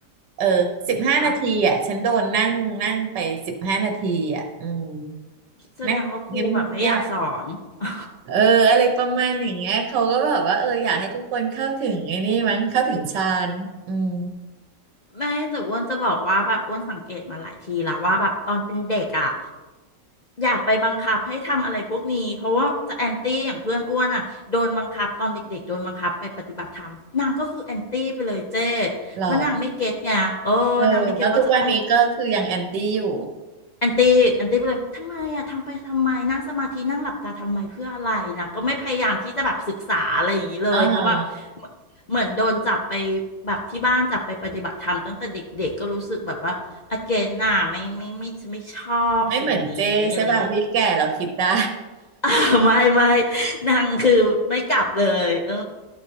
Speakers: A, on the right; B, on the left.
A: เออสิบห้านาทีอ่ะฉันโดนนั่งนั่งไปสิบห้านาทีอ่ะอืม
B: อะแสดงว่าครูแบบไม่อยากสอน
A: นั่งเงียบเงียบ
B: <laughs>
A: เอออะไรประมาณอย่างเงี้ยเขาก็แบบว่าเอออยากให้ทุกคนเข้าถึงไอ้นี่มั้งเข้าถึงฌานอืม
B: ไม่แต่อ้วนจะบอกว่าแบบอ้วนสังเกตมาหลายทีแล้วว่าแบบตอนเป็นเด็กอ่ะอยากไปบังคับให้ทำอะไรพวกนี้เพราะว่าจะแอนตี้อย่างเพื่อนอ้วนอ่ะโดนบังคับตอนเด็กๆโดนบังคับไปปฏิบัติธรรมนางก็คือแอนตี้ไปเลยเจ้
A: หรอ
B: เพราะนางไม่เก็ตไงเออนางไม่เก็ตว่าจะต้อง
A: เออแล้วทุกวันนี้ก็คือยังแอนตี้อยู่
B: แอนตี้แอนตี้ไปเลยทำไมอะทำไปทำไมนั่งสมาธินั่งหลับตาทำไมเพื่ออะไรนะก็ไม่พยายามที่จะแบบศึกษาอะไรอย่างนี้เลยเพราะว่าเหมือนเหมือนโดนจับไป
A: อ๋อฮะ
B: แบบที่บ้านจับไปปฏิบัติธรรมตั้งแต่เด็กๆก็รู้สึกแบบว่าอเกนน่ะไม่ไม่ไม่ไม่ไม่ชอบสิ่งนี้อะไรอย่างเงี้ย
A: ไม่เหมือนเจใช่ป่ะที่แก่เราคิดได้
B: <laughs> อ่าไม่ไม่นางคือไม่กลับเลยเออ